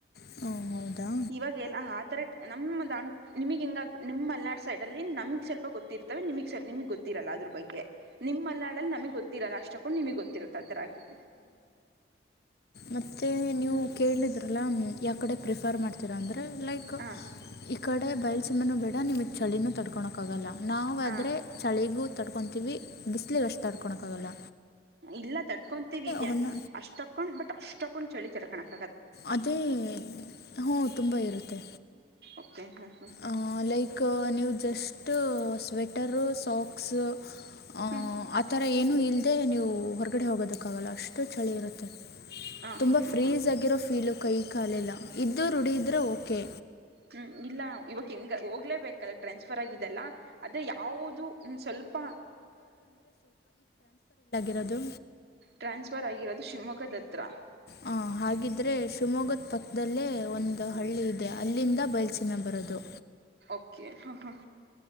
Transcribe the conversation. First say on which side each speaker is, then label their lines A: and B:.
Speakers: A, on the left; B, on the right.
A: ಹ್ಞೂ ಹೌದಾ
B: ಇವಾಗ ಎಲ್ಲ ಆಥರ ನಮ್ಮ ದಾಂಡ ನಿಮಗ್ ಹಿಂಗ ನಿಮ್ ಮಲ್ನಾಡ್ ಸೈಡ್ ಅಲ್ಲಿ ನಮ್ಗ್ ಸ್ವಲ್ಪ ಗೊತ್ತಿರ್ತವೆ ನಿಮಗ್ ನಿಮಗ್ ಗೊತ್ತಿರಲ್ಲ ಅದ್ರ ಬಗ್ಗೆ ನಿಮ್ಮಲ್ಾಡಲ್ಲಿ ನಮ ಗೊತ್ತಿರಲ್ಲ ಅಷ್ಟ ತಕೊಂಡು ನಿಮಗ್ ಗೊತ್ತಿರತ್ತೆ ಆ ತರ ಆಗ್ಬಿದೆ
A: ಮತ್ತೆ ನೀವು ಕೇಳಿದ್ರಲ್ಲ ಯಾವ ಕಡೆ ಪ್ರಿಫರ್ ಮಾಡ್ತೀರಾ ಅಂದ ಆದ ಲೈಕ್
B: ಹಾಂ
A: ಈ ಕಡೆ ಬಯಲ್ ಸುಮ್ಮನ ಬೇಡ ನಿಮಗೆ ಚಳಿನೂ ತಡ್ಕೊಳಕ್ಕ ಆಾಗಲ್ಲ ನಾವವು
B: ಹಾಂ
A: ಆದರೆ ಚಳಿಗೂ ತಡ್ಕೊತೀವಿ ಬಿಸಿ್ಲಿಗೆ ಅಷ್ಟು ತಡ್ಕೊಕ್ಕಾಗಲ್ಲ
B: ಇಲ್ಲ ತರ್ಕೊಂತೀವಿ ಈಗ
A: ಹೊನ್ನ
B: ಅಷ್ಟೊಕ್ಕೊಂಡ್ ಬಟ್ ಅಷ್ಟೊಕ್ಕೊಂಡ್ ಚಳಿ ತರ್ಕೋಣಕ್
A: ಅದೇ ಹ್ಞ ತುಂಬ ಇರುತ್ತೆ
B: ಓಕೆ ಹಾಂ ಹಾಂ
A: ಆ ಲೈಕ್ ನೀವು ಜಸ್ಟ್ ಸ್ವೆಟರು ಸಾಕ್ಸ್ ಹ
B: ಹಾಂ ಹ್ಞೂ
A: ಆತರ ಏನು ಇಲ್ ೇ ನೀವು ಹೊರಗಡೆ ಹೋಗೋದಕ್ಕ ಆಗಲ್ಲ ಅಷ್ಟು ಚಳಿ ಇರುತ್ತೆ
B: ಹಾಂ
A: ತುಂಬಾ
B: ಹಾಂ ಹಾಂ
A: ಫ್ರೀಸ್
B: ಹಾಂ
A: ಆಗಿರೋ ಫೀಲ್ ಕೈ ಕಾಲಿಲ್ಲ ಇದ್ದದು ರುಢಿದ್ರೆ ಓಕೆ
B: ಹ್ಮ್ ಇಲ್ಲ ಇವಾಗ ಹೆಂಗ ಹೋಗ್ಲೇಬೇಕಲ್ಲ ಟ್ರಾನ್ಸ್ಫರ್ ಆಗಿದೆಲ್ಲ ಅದು ಯಾವುದು ಸ್ವಲ್ಪ
A: ಗದು
B: ಟ್ರಾನ್ಸ್ಫರ್ ಆಗಿರೋದು ಶಿವಮೊಗ್ಗದತ್ರ
A: ಹ ಹಾಗಿದ್ರೆ ಶಿವಮೊಗ್ಗದ ಪಕ್ಕದಲ್ಲೇ ಒಂದು ಹಳ್ಳಿ ಇದೆ ಅಲ್ಲಿಂದ ಬಯಲ್ಸೀಮೆ ಬರೋದು
B: ಹ ಹಾ